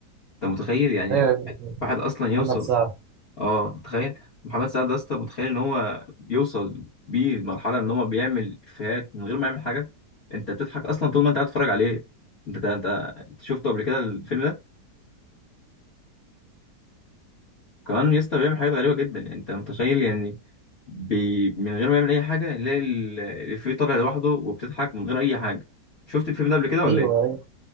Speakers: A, on the left; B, on the right.
A: انت متخيل يعني
B: ايوه
A: واحد
B: يا ابني،
A: واحد اصلا يوصل
B: محمد سعد
A: اه تخيل محمد سعد ده يا اسطى متخيل ان هو بيوصل بيه لمرحله ان هو بيعمل افيهات من غير ما يعمل حاجه انت بتضحك اصلا طول ما انت قاعد تتفرج عليه انت انت انت شفته قبل كده الفيلم ده كمان يسطا بيعمل حاجات غريبة جدا يعني انت متخيل يعني بي... من غير ما يعمل اي حاجة يلاقي ال- الإفيه طالع لوحده وبتضحك من غير اي حاجة شفت الفيلم ده قبل كده ولا
B: ايوه
A: ايه؟
B: أيوة.